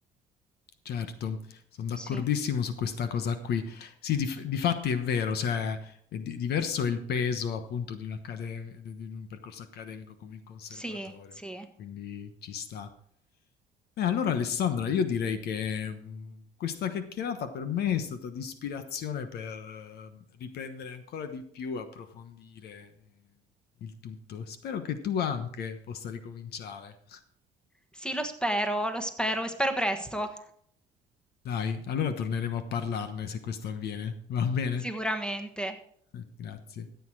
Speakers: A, on the left (about 70°); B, in the centre.
A: Certo, sono d'accordissimo
B: Sì,
A: su questa cosa qui. Sì, di, difatti è vero, cioè, è di- diverso è il peso appunto di un, accade- di di un percorso accademico come il conservatorio,
B: sì, sì.
A: quindi ci sta. Beh, allora Alessandra, io direi che mh, questa chiacchierata per me è stata di ispirazione per eh, riprendere ancora di più, approfondire eh, il tutto. Spero che tu anche possa ricominciare.
B: Sì, lo spero, lo spero e spero presto,
A: Dai, allora torneremo a parlarne se questo avviene, va bene?
B: sicuramente.
A: <laughs> Grazie.